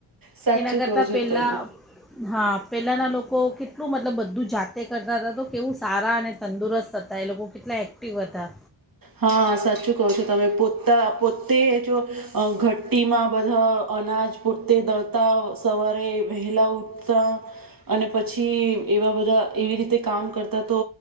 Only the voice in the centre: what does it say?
એના કરતાં
પહેલાં
હા પેલાના લોકો કેટલું મતલબ બધું જાતે કર <unintelligible> તો કેવું સારા અને તંદુરસ્ત હતા એ લોકો કેટલા એક્ટિવ હતા.